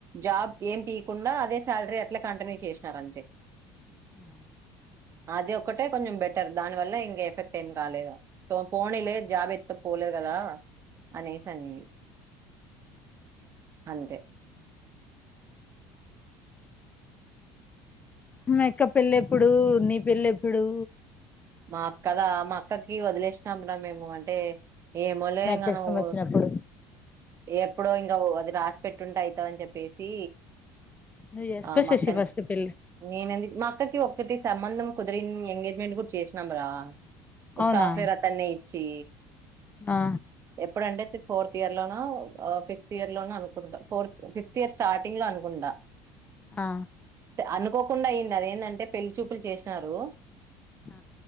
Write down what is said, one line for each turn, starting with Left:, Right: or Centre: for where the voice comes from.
Right: జాబ్ ఏం తీయకుండా అదే సాలరీ ఇట్లా కంటిన్యూ చేసినార్ అంతే
Left: <unintelligible>
Right: అది ఒక్కటే కొంచెం బెటర్ దాని వల్ల ఇంక ఎఫెక్ట్ ఏం కాలేదు పోనీలే జాబితత్త పో ట్లేద్ గదా అనేస్ అనింది. అంతే
Left: మీ అక్క పెళ్లెప్పుడూ, నీ పెళ్లెప్పుడూ
Right: మా అక్కదా మా అక్కకి వదిలేసినం <inaudible> మేము అంటే ఏమోలే
Left: మీ
Right: ఇంగా
Left: అక్క ఇష్టం
Right: నువు
Left: వచ్చినప్పుడు
Right: ఎప్పుడో ఇంకా అది రాసి పెట్టుంటే అయితదన్ చెప్పేసి
Left: నువ్వు చేసుకో
Right: ఆ మక్కన్
Left: శశి ఫస్ట్ పెళ్ళి
Right: నేనెం మా అక్కక్ ఇవ్వు ఒకటి సంబంధం కుదిరిం ఎంగేజ్మెంట్ కూడా చేసినం రా ఒక
Left: అవునా
Right: సాఫ్ట్వేర్ అతన్ని చీ
Left: ఆ
Right: ఎప్పుడంటే ఫోర్త్ ఇర్లో ఆ ఫిఫ్త్ ఇయర్లోనో అనుకుంటా ఫోర్త్ ఫిఫ్త్ ఇయర్ స్టార్టింగ్లో అనుకుంటా
Left: ఆ
Right: అనుకోకుండా అయ్యింది. అదేంటంటే పెళ్లిచూపుల్ చేసినారు.
Left: ఆ